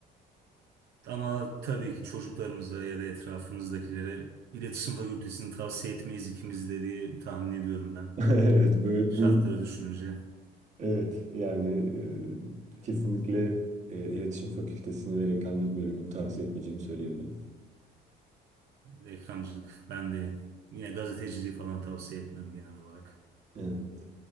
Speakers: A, on the right; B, on the right.
A: Ama tabii ki çocuklarımıza ya da etrafımızdakilere iletişim fakültesini tavsiye etmeyiz ikimiz de diye tahmin ediyorum ben.
B: <laughs> Evet böyle
A: Şartları
B: bu
A: düşününce
B: Evet, yani e, kesinlikle e, iletişim fakültesini ve reklamcılık bölümünü tavsiye etmeyeceğimi söyleyebilirim.
A: reklamcılık ben de yine gazeteciliği falan tavsiye etmem genel olarak.
B: Evet,